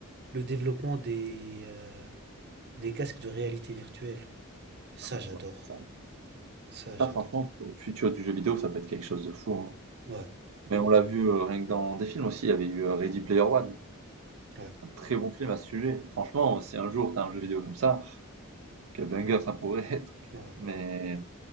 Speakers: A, on the right (about 50°); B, on the right (about 70°).
A: le développement des, euh, des casques de réalité virtuelle. Ça,
B: ah bah,
A: j'adore.
B: ça, ça,
A: Ça, j'adore.
B: ça, franchement, pour le futur du jeu vidéo, ça peut être quelque chose de fou, hein.
A: Ouais,
B: Mais on l'a vu euh, rien que dans des films aussi, il y avait eu euh, Ready Player One.
A: ouais,
B: Un très bon film à ce sujet. Franchement, si un jour t'as un jeu vidéo comme ça, quel banger ça pourrait <laughs> être.
A: ouais,
B: Mais,
A: ouais, ouais,